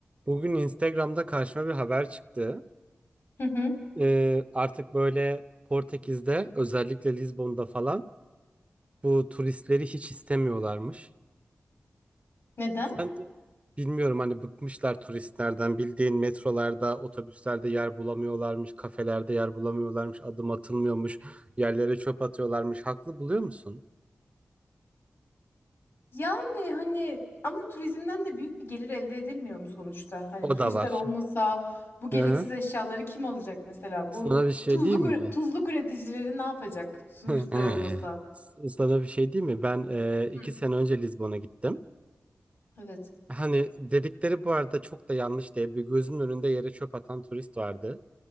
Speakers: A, on the right (about 30°); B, on the left (about 70°).
A: Bugün Instagram'da karşıma bir haber çıktı.
B: Hı hı.
A: Ee, artık böyle Portekiz'de özellikle Lizbon'da falan bu turistleri hiç istemiyorlarmış.
B: Neden?
A: Sence bilmiyorum hani bıkmışlar turistlerden bildiğin metrolarda, otobüslerde yer bulamıyorlarmış, kafelerde yer bulamıyorlarmış, adım atılmıyormuş, yerlere çöp atıyorlarmış. Haklı buluyor musun?
B: Yani hani ama turizmden de büyük bir gelir elde edilmiyor mu sonuçta? Hani
A: O
B: turistler
A: da var.
B: olmasa bu gereksiz
A: Hı hı.
B: eşyaları kim alacak mesela?
A: Sana
B: Bu
A: bir şey
B: tuzluk
A: diyeyim mi?
B: ür- tuzluk üreticileri ne yapacak turistler
A: <laughs>
B: olmasa?
A: Sana bir şey diyeyim mi? Ben e, iki
B: Hı.
A: sene önce Lizbon'a gittim.
B: Evet.
A: Hani dedikleri bu arada çok da yanlış diye bir gözümün önünde yere çöp atan turist vardı.